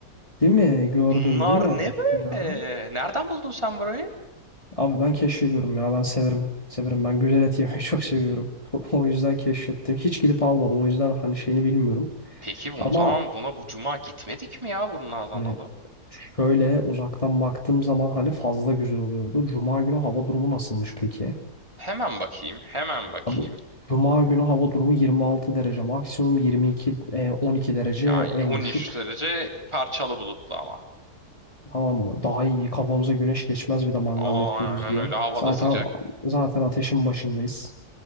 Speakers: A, on the left; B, on the right.
A: Değil mi? Gördün
B: Bunlar
A: değil mi?
B: ne böyle?
A: Ya.
B: Nereden buldun sen burayı?
A: Abi ben keşfediyorum ya. Ben severim. Severim. Ben güzel et yemeyi <laughs> çok seviyorum. O o yüzden keşfettim. Hiç gidip almadım. O yüzden hani şeyini bilmiyorum.
B: Peki o
A: Ama
B: zaman buna bu cuma gitmedik mi ya bunlardan
A: hani
B: alıp?
A: şöyle uzaktan baktığım zaman hani fazla güzel oluyordu. Cuma günü hava durumu nasılmış peki?
B: Hemen bakayım, hemen bakayım.
A: Abi Cuma günü hava durumu 26 derece. Maksimum 22, e, 12 derece
B: Yani
A: en
B: 13
A: düşük.
B: derece parçalı bulutlu ama.
A: Tamam mı? Daha iyi. Kafamıza güneş geçmez bir de mangal
B: Aa,
A: yapıyoruz
B: Aynen
A: diye.
B: öyle hava
A: Zaten
B: da sıcak.
A: zaten ateşin başındayız.